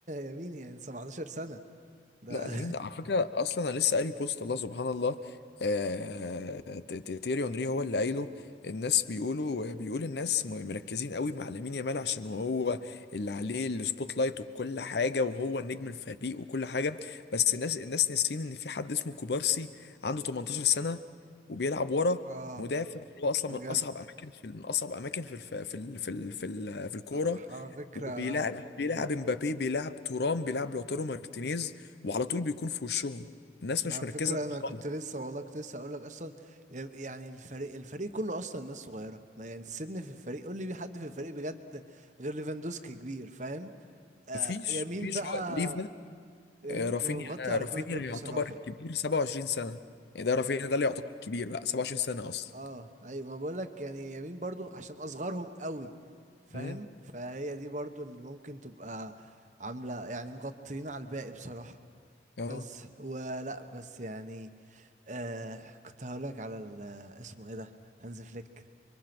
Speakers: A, on the right; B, on the left.
A: <laughs> يمين يعني 17 سنة ده
B: لا ده مين ده على فكره اصلا انا لسه قاري بوست الله سبحان الله آه... ت- ت- تيري اونري هو اللي قايله الناس بيقولوا بيقول الناس م- مركزين قوي مع لامين يامال عشان هو اللي عليه السبوت لايت وكل حاجه وهو النجم الفريق وكل حاجه بس الناس الناس ناسيين ان في حد اسمه كوبارسي عنده 18 سنه وبيلعب ورا
A: <laughs> اه
B: مدافع هو اصلا
A: بجد
B: من اصعب اماكن في من اصعب اماكن في الف... في ال... في ال... في ال... في الكوره
A: على فكرة
B: وبيلعب بيلعب مبابي بيلعب تورام بيلعب لوتارو مارتينيز وعلى طول بيكون في وشهم الناس
A: على
B: مش مركزه
A: فكرة
B: معاه
A: أنا كنت
B: خالص
A: لسه والله كنت لسه أقول لك أصلا يعني الفريق الفريق كله أصلا ناس صغيرة ما يعني السن في الفريق قول لي مين حد في الفريق بجد غير ليفاندوسكي كبير فاهم آه
B: مفيش
A: يمين
B: مفيش
A: بقى
B: هو ليفا
A: يمين
B: آه، رافينيا
A: مغطي على
B: رافينيا
A: كل دول
B: يعتبر
A: بصراحة
B: الكبير 27 سنه يعني ده رافينيا
A: يعني
B: ده اللي يعتبر الكبير بقى 27 سنه اصلا
A: اه أيوة ما بقول لك يعني يمين برضو عشان أصغرهم قوي فاهم
B: امم
A: فهي دي برضو اللي ممكن تبقى عاملة يعني مغطيين على الباقي بصراحة
B: اه
A: بس ولا بس يعني آه كنت هقولك على ال- اسمه ايه ده هانز فليك